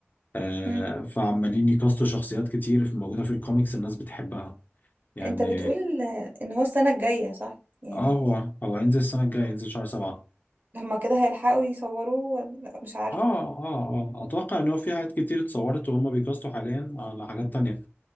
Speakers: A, on the left; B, on the right.
A: آه
B: مم.
A: فعمالين يكاستوا شخصيات كتير في- موجودة في الكوميكس الناس بتحبها يعني
B: انت بتقول ان هو السنة الجاية صح يعني
A: اه هو هو هينزل السنة الجاية هينزل شهر سبعة
B: هما كده هيلحقوا يصوروه ولا مش عارف
A: اه اه اه اتوقع ان هو في حاجات كتير اتصورت وهم بيكاستوا حاليا على حاجات تانية